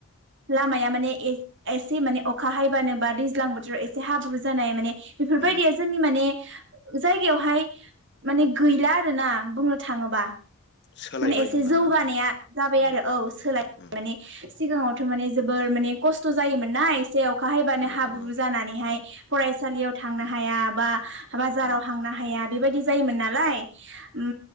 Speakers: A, on the right; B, on the left.
A: लामाया माने ए-एसे माने अखा हाबानो बा दैज्लां बोथोराव एसे हाब्रु जानाय माने बेफोरबायदिया
B: उम
A: जोंनि माने जायगायावहाय माने गैला आरोना बुंनो थाङोबा।
B: सोलायबाय
A: माने एसे
B: होमबा
A: जौगानाया
B: ना
A: जाबाय
B: उम
A: आरो औ सोलाय
B: उम
A: <inaudible> माने सिगाङाव ङावथ' माने जोबोर माने खस्थ' जायोमोन ना एसे जे अखा हायोबानो
B: औ
A: हाब्रु
B: औ
A: जानानैहाय फराय सालियाव थांनो
B: उम उम
A: हाया बा बाजाराव
B: उम
A: हांनो हाया बेबायदि जायोमोन ना लाय उम